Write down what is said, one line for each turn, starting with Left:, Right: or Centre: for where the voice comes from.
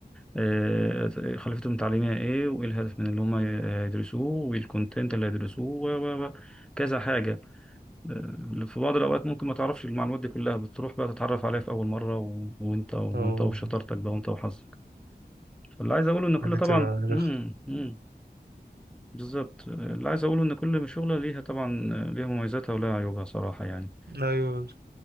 Centre: آه، خلفيتهم التعليمية ايه وايه الهدف من اللي هم يدرسوه وايه الكونتنت اللي هيدرسوه و- و- و- كذا حاجة آه، في بعض الأوقات ممكن ما تعرفش المعلومات دي كلها بتروح بقى تتعرف عليها في أول مرة و- وأنت وأنت
Right: اه
Centre: وشطارتك بقى وأنت وحظك فاللي عايز أقوله إن كل
Right: دي
Centre: طبعا
Right: تبقى
Centre: امم
Right: رخ
Centre: امم بالظبط آه، اللي عايز أقوله إن كل شغلة ليها طبعا آه، ليها مميزاتها ولها عيوبها صراحة يعني
Right: أيوة